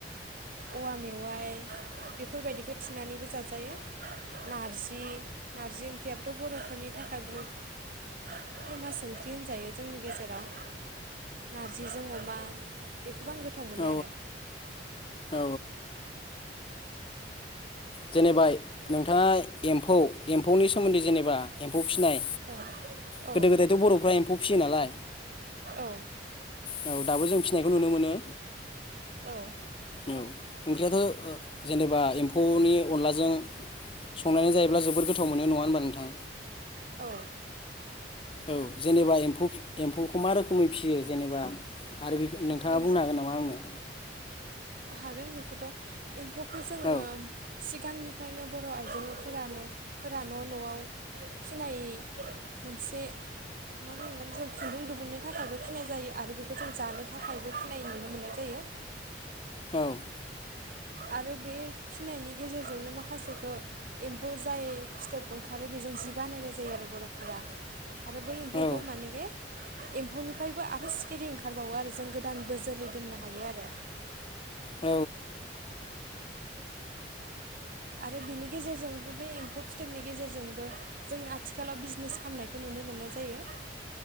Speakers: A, on the right (about 50°); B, on the left (about 30°).
A: औवा मेवाइ बेफोरबायदि होथिनानैबो जाजायो। नारजि-नारजि ओंख्रियाब थ बरफोरनि थाखाय बुहुत फेमास ओंख्रि होनजायो जोंनि गेजेराव। नारजिजों अमा बेखौबो आं गोथाव मोनो
B: औ
A: आरो।
B: औ जेनेबा नोंथाङा एम्फौ-एम्फौनि सोमोन्दै जेनेबा एम्फौ फिसिनाय
A: औ
B: गोदो गोदायथ' बर'फ्रा एम्फौ फिसियो नालाय।
A: औ
B: औ दाबो जों फिसिनायखौ नुनो मोनो।
A: औ
B: औ ओंख्रियाथ' ओ जेनेबा एम्फौनि। अनलाजों संनानै जायोब्ला जबोद गोथाव मोनो नङा होनबा नोंथां।
A: औ।
B: औ जेनेबा एम्फौ-एम्फौखौ मा रोखोमै फिसियो जेनेबा आरो बेफ नोंथाङा
A: एम
B: बुंनो हागोन नामा आंनो।
A: हागोन बेखौथ' एम्फौखौ जोङो
B: औ
A: सिगांनिफायनो बर' आइजोफोरानो फोरा न'-न'आव फिनाय मोनसे मा बुंगोन जों खुन्दुं दिुहुननो थाखायबो फिनाय जायो आरो बेखौ जों जानो थाखायबो फिनाय नुनो मोननाय जायो। <inaudible>
B: औ।
A: आरो बे फिनायनि गेजेरजोंनो माखासेखो एम्फौ जाय फिथोब ओंखारो बेज जों जि बानायनाय जायो आरो बर'फोरा आरो बै एम्फौखौ
B: औ
A: माने बे एम्फौनिफायबो आरो सिखिरि ओंखारबावो आरो जों गोदानबो जोलै दोननो हायो आरो। <inaudible>
B: औ
A: आरो बिनि गेजेरजोंबो बे एम्फौ फिथोबनि गेजेरजोंबो जों आथिखालाव बिजनेस खालामामनायखौ नु नो मोननाय जायो।